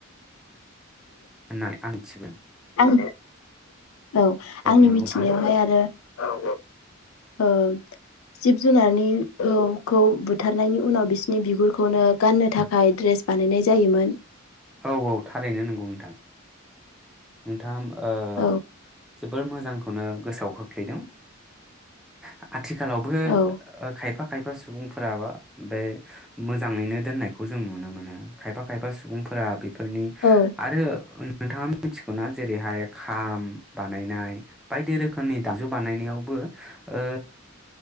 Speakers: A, in the centre; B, on the left (about 80°).
A: होननानै आं मिथिमोन
B: आं औ आंनि
A: नंगौ
B: मिथिनायावहाय
A: नोंथां
B: आरो औ औ ओ जिब जुनारनि औ खौ बुथारनायनि उनाव बिसिनि बिगुरखौनो गाननो थाखाय ड्रेस बानायनाय जायोमोन।
A: औ औ थारैनो नोंगौ नोंथां नोंथाङा ओ
B: औ
A: जोबोर मोजांखौनो गोसोआव खोख्लैदों आ आथिखालावफो ओ
B: औ
A: खायफा खायफा खायफा सुबुंफोराबा बे मोजाङैनो दोननायखौ जों नुनो मोनो खायफा खायफा सुबुं फोरा बि फोरनि
B: औ
A: आरो नोंथाङा मिथिगौना जेरैहाय खाम बानायनाय बायदि रोखोमनि दामजु बानायनायावबो ओ